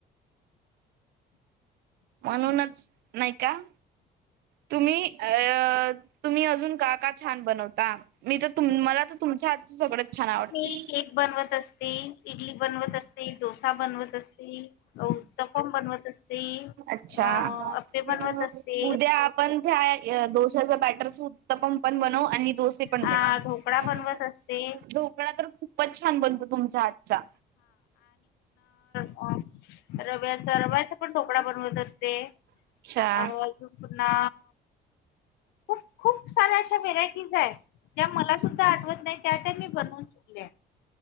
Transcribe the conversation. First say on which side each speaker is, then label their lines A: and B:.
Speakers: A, on the right; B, on the left.
A: म्हणूनच नाही का? तुम्ही अ तुम्ही अजून का का छान बनवता मी तर तु मला तर तुमच्या सगळंच छान आवडते.
B: मी केक बनवत असते इडली बनवत असते डोसा बनवत असते. हो त पण बनवत असते.
A: अच्छा
B: अ अप्पे बनवत असते.
A: उद्या आपण त्या दडोश्याच बॅटर सु उतपम पण बनव आणि दडोसे पण
B: आ
A: बनव
B: ढोकळा बनवत असते.
A: ढोकळा तरप पच छान बनत तुमच्या आातचा
B: अ रव्याचा रव्याचा पण टोकळाा बनवत असते.
A: अच्छा.
B: अणा खूप -खूप सार्या अशा व्हेरायटीज आहे. ज्या मला सुद्धा आठवत नाही त्या त्या मी बनवून चुकल्या.